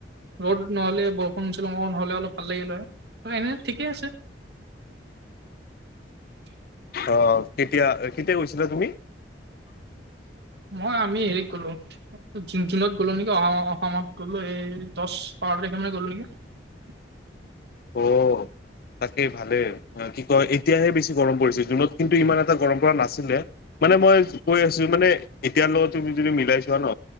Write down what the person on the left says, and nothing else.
অ কেতিয়া কেতিয়া গৈছিলা তুমি?
অ তাকে ভালে কি কয় এতিয়াহে বেছি গৰম পৰিছিল জুনত কিন্তু ইমান এটা গৰম পৰা নাছিলে। মানে মই কৈ আছো মানে এতিয়াৰ লগত তুমি যদি মিলাই চোৱা ন